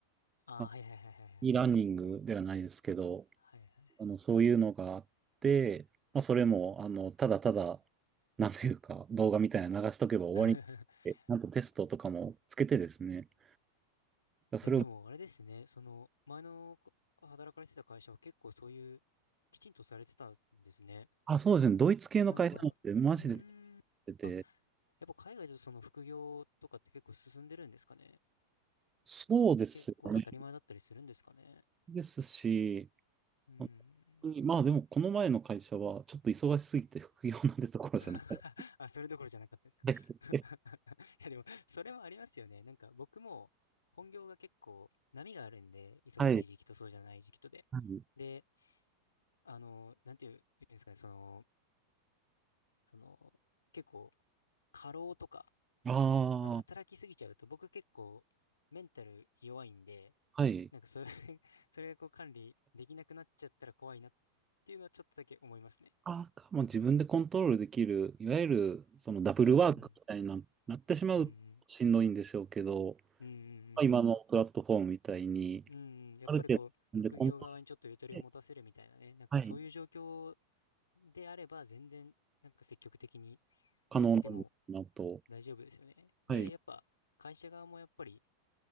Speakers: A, on the left (about 70°); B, on the right (about 20°).
A: ああ、
B: まあ
A: はいはいはいはいはい。
B: e ラーニングではないですけど、
A: はいはい。
B: あの、そういうのがあって、まあ、それも、あの、ただただ、なんていうか、動画みたいなの流しとけば終わりって、
A: <laughs>
B: ちゃんとテストとかもつけてですね。だからそれを、
A: いや、でもあれですね、その、前のこ働かれてた会社は結構そういう、きちんとされてたんですね。
B: あ、そうですね。ドイツ系の会社なんて、
A: なんか、
B: マジで
A: うーん。
B: 出てて、
A: あ、やっぱ海外だとその副業とかって結構進んでるんですかね。
B: そうですよね。
A: 結構当たり前だったりするんですかね。
B: ですし、
A: うん。
B: 本当にまあでも、この前の会社は、ちょっと忙しすぎて副業なんてところじゃなくて。
A: <laughs> あ、それどころじゃなかったですか。
B: <laughs>
A: <laughs> いや、でも、それもありますよね。なんか、僕も、本業が結構、波があるんで、忙しい時期とそうじゃない時期とで。
B: はい。はい。
A: で、あの、なんていうんですかね、その、その、結構、過労とか、
B: ああ、
A: 働きすぎちゃうと、僕結構、メンタル弱いんで、
B: はい。
A: なんか、それ <laughs> それがこう、管理できなくなっちゃったら怖いなっていうのは、ちょっとだけ思いますね。
B: あーか、も自分でコントロールできる、いわゆるそのダブルワークみたいな、
A: うん。
B: なってしまうとしんどいんでしょうけど、
A: うんうん。うんうんうんうん。
B: まあ、今のプラットフォームみたいに、
A: うん、やっぱりこう、
B: ある程度自分でコントロ
A: 副業側にちょっとゆとりを持たせるみたいなね、
B: ールで、
A: なんかそういう状況
B: はい、
A: であれば、全然、なんか積極的に
B: 可能なんだなと、
A: やっても大丈夫ですよね。で、
B: はい、
A: やっぱ、会社側もやっぱり、